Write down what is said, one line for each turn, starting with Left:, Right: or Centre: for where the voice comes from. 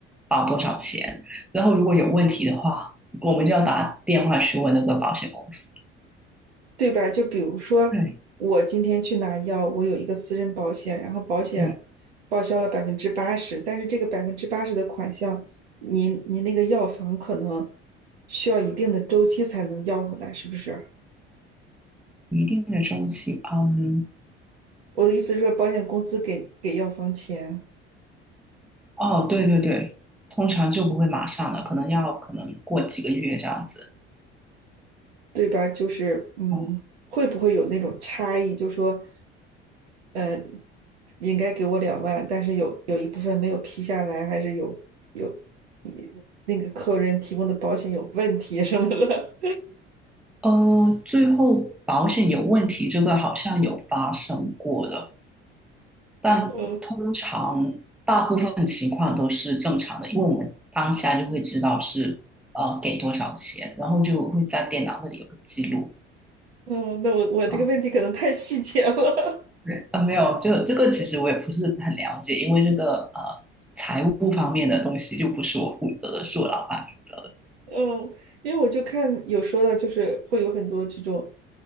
Centre: 保多少钱。然后如果有问题的话，我们就要打电话去问那个保险公司。
Right: 对吧？就比如说，
Centre: 对，
Right: 我今天去拿药，我有一个私人保险，然后保险报销了百分之八十，
Centre: 嗯。
Right: 但是这个百分之八十的款项，您您那个药房可能需要一定的周期才能要回来，是不是？
Centre: 一定的周期，嗯，
Right: 我的意思是说，保险公司给给药房钱，
Centre: 哦，对对对，通常就不会马上了，可能要可能过几个月这样子。
Right: 对吧？就是嗯，
Centre: 哦，
Right: 会不会有那种差异？就说嗯，应该给我两万，但是有有一部分没有批下来，还是有有一那个客人提供的保险有问题什么的。
Centre: 呃，最后保险有问题，这个好像有发生过的，
Right: <laughs>
Centre: 但通常大部分情况都是正常的，
Right: 嗯
Centre: 因为我们当下就会知道是呃给多少钱，然后就会在电脑那里有个记录。
Right: 嗯，那我我这个问题可能太细节了。
Centre: 啊。对，啊，没有，就这个其实我也不是很了解，因为这个呃财务方面的东西就不是我负责的，是我老板负责的。
Right: <laughs> 嗯，因为我就看有说到，就是会有很多这种